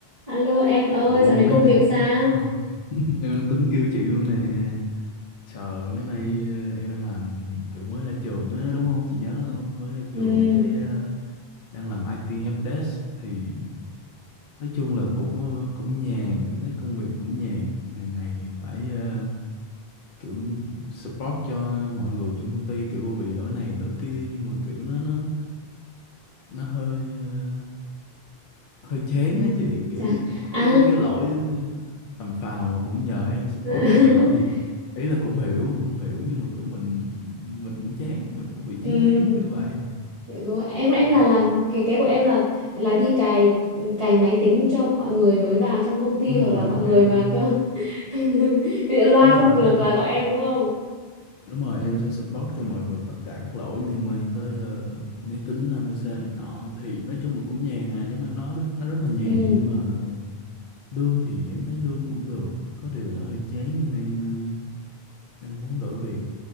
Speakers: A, on the right; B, on the left.
A: Alo em ơi,
B: Ủa
A: dạo
B: mấy
A: này công
B: nay...
A: việc sao?
B: <laughs> em đang tính kêu chị luôn nè. Trời mấy nay ờ, em đang làm kiểu mới ra trường á đúng không? Chị nhớ không? Mới ra
A: Ừ.
B: trường cái ờ, đang làm IT helpdesk thì nói chung là cũng ờ, cũng nhàn, em thấy công việc cũng nhàn, hàng ngày phải ờ, kiểu support cho mọi người trong công ty kiểu bị lỗi này lỗi kia nhưng mà kiểu nó nó nó hơi ờ, hơi chán
A: ừ.
B: á chị kiểu
A: Chà. À.
B: cứ mấy cái lỗi tầm phào mà cũng nhờ em support
A: <laughs>
B: này nọ thì ý là cũng hiểu cũng hiểu nhưng mà kiểu mình mình cũng chán mình cũng bị
A: Ừ,
B: chán chán kiểu vậy
A: hiểu rồi. Em em
B: đó.
A: là làm cái cái của em là là đi cài cài máy tính cho mọi người mới vào trong công ty
B: đúng
A: hoặc
B: rồi
A: là mọi người
B: em
A: mà cơ <laughs> bị loa
B: đúng rồi
A: không
B: đúng
A: được
B: rồi
A: là gọi em đúng không?
B: đúng rồi em sẽ support cho mọi người tất cả các lỗi liên quan tới ờ, máy tính ABC này nọ thì nói chung là cũng nhàn à giống em nói đó nó rất là nhàn
A: Ừ,
B: nhưng mà lương thì em thấy lương cũng được có điều là hơi chán em đang ờ, đang muốn đổi việc